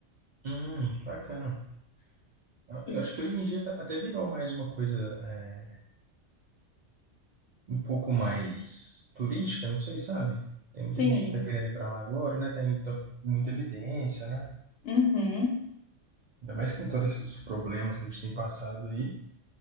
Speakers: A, on the right (about 75°); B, on the left (about 70°).
A: Hum, bacana. Eu
B: E,
A: eu acho que hoje em dia tá- até virou mais uma coisa. é, um pouco mais turística, não sei, sabe? Tem muita
B: sim,
A: gente que tá querendo ir pra lá agora, né? Tem muita, muita evidência, né?
B: uhum,
A: Ainda mais com todos esses problemas que a gente tem passado aí.